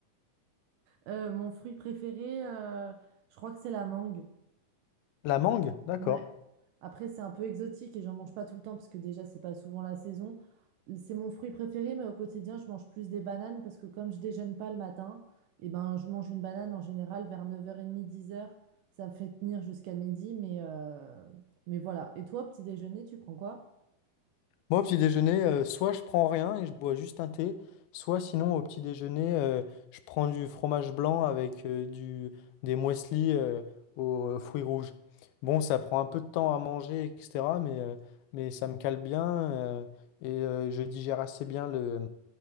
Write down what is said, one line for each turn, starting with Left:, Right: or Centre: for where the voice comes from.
Right: Euh, mon fruit préféré, euh, je crois que c'est la mangue.
Left: La mangue? D'accord.
Right: Ouais. Après, c'est un peu exotique et j'en mange pas tout le temps parce que déjà, c'est pas souvent la saison. C'est mon fruit préféré, mais au quotidien, je mange plus des bananes parce que comme je déjeune pas le matin, et ben, je mange une banane en général vers 9h30, dix heures. Ça me fait tenir jusqu'à midi, mais, euh, mais voilà. Et toi, petit déjeuner, tu prends quoi?
Left: Moi, au petit déjeuner, euh, soit je prends rien et je bois juste un thé, soit sinon au petit déjeuner, euh, je prends du fromage blanc avec euh, du, des muesli euh, aux euh, fruits rouges. Bon, ça prend un peu de temps à manger, etc., mais, euh, mais ça me cale bien euh, et euh, je digère assez bien le,